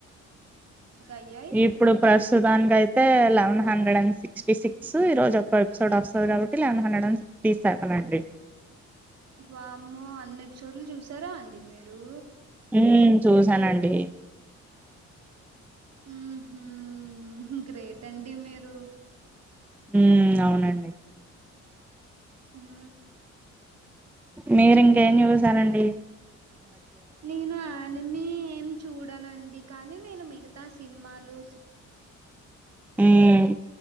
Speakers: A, on the right; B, in the centre.
A: అయ్యాయి
B: ఇప్పుడు ప్రశ ప్రస్తుతానికి అయితే లెవన్ హ్రె అండ్ సిక్స్టీ సిక్స్ ఈరోజు ఒక్క ఎపిసోడ్ వస్తుంది కాబట్టిలెన్ హండె అండ్ సిక్స్ తీసేతనండి
A: వామ్మో అన్ని ఎపిసోడ్లు చూసారా అండి మీరు
B: ఉ చూసానండి
A: ఉహూ గ్రేట్ అండి మీరు
B: ఉ అవునండి
A: ఉం
B: మీరు ఇంకేం జుసారండి
A: నేను ఆనిమి ఏం చూడనండి కానీ నేను మిగతా సినిమాలు
B: మ్మ్